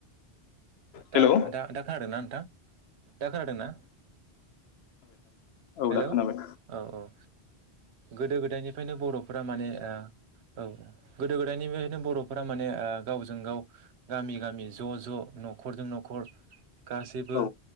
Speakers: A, on the left; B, on the right.
A: हेलौ
B: दा दा दा खोनादों ना नोंथां? दा खोनादोंना?
A: औ
B: हेलौ
A: दा खोनाबाय।
B: औ औ गोदो गोदायनिफ्रायनो बर'फोरा माने ओ औ गोदो गोदायनिफ्रायनो बर'फोरा माने ओ गावजों गाव गामि गामि ज' ज' न'खरजों न'खर गासैबो
A: औ